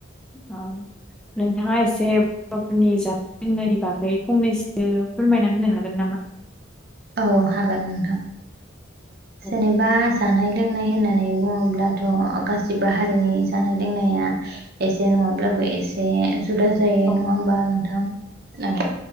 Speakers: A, in the centre; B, on the right.
A: उम। नोंथाङा एसे बर'फोरनि जानाय लोंनायनि बागै फंनैसो फोरमायना होनो हागोन नामा?
B: औ हागोन नोंथां
A: औ
B: जेनेबा। जानाय लोंनाय होननानै बुं बुङोब्लाथ' गासिबो हारिनि जानाय लोंनाया एसे नङाब्लाबो एसे जुदा जायो
A: औ
B: नङा होमबा नोंथां औ